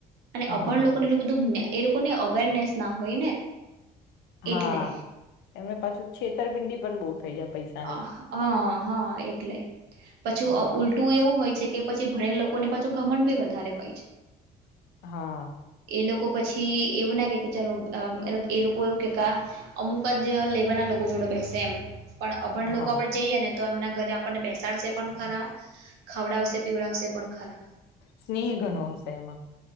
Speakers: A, on the right; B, on the left.
A: અને
B: અહ
A: અબ
B: હા
A: ભણ લોકોને એટલુ બધું એ લોકોને અવેરનેસ ના હોય ને.
B: હા
A: એટલે
B: એમને પાછું છેતરપિંડી પણ બો થઇ જાય પૈસા
A: અ <unintelligible> હા એટલે પછું અ
B: હા
A: ઉલટું એવું હોય છે. કે પછી ભણેલા લોકોને પાછું ગમડ બી વધારે હોય છે.
B: હા.
A: એ લોકો પછી એવું ના કે કે ચલો અ અમ એ લોકો એવું કા અમુક જ લેવલ ના લોકો જોડે બેસે એમ પણ અભણ લોકો
B: હા
A: આપણે જઈએ ને તો એમના ઘરે આપણને બેસાડશે પણ ખરા ખવડાવશે પીવડાવશે પણ ખરા.
B: સ્નેહ ઘનો હશે એમાં.